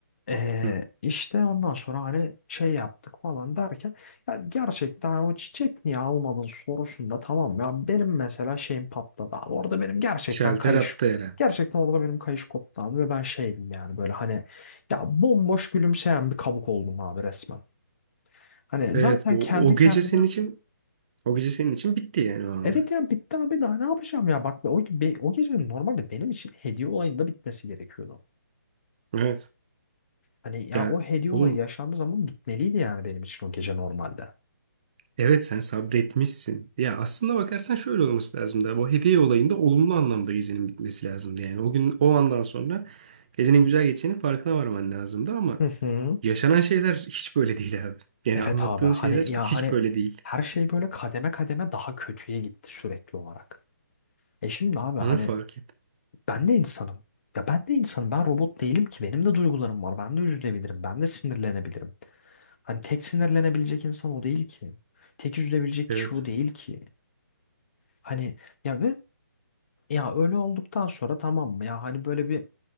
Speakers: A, on the left; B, on the right.
A: Ee,
B: Hı.
A: işte ondan sonra hani şey yaptık falan derken ya gerçekten hani o çiçek niye almadın sorusunda tamam ya benim mesela şeyim patladı abi orada benim gerçekten
B: Şalter
A: kayış
B: attı herhalde.
A: gerçekten orada benim kayış koptu abi ve ben şeydim yani böyle hani ya bomboş gülümseyen bir kabuk oldum abi resmen. Hani
B: Evet
A: zaten
B: bu
A: kendi
B: o
A: kendime
B: gece senin için o gece senin için bitti yani o anda.
A: evet ya bitti abi daha ne yapacağım ya bak o, be- o gecenin normalde benim için hediye olayında bitmesi gerekiyordu.
B: Evet.
A: Hani ya
B: Ya
A: o hediye
B: oğlum
A: olayı yaşandığı zaman bitmeliydi yani benim için o gece normalde.
B: evet sen sabretmişsin. Ya aslında bakarsan şöyle olması lazım da bu hediye olayında olumlu anlamda gecenin bitmesi lazımdı yani. O gün o andan sonra gecenin güzel geçeceğinin farkına varman lazımdı ama
A: Hı hı.
B: yaşanan şeyler hiç böyle değil abi. Yani
A: Evet
B: anlattığın
A: abi hani
B: şeyler
A: ya
B: hiç
A: hani
B: böyle değil.
A: her şey böyle kademe kademe daha kötüye gitti sürekli olarak. E şimdi abi hani
B: Onu fark et.
A: ben de insanım. Ya ben de insanım. Ben robot değilim ki. Benim de duygularım var. Ben de üzülebilirim. Ben de sinirlenebilirim. Hani tek sinirlenebilecek insan o değil ki. Tek üzülebilecek
B: Evet.
A: kişi o değil ki. Hani ya ve ya öyle olduktan sonra tamam mı? Ya hani böyle bir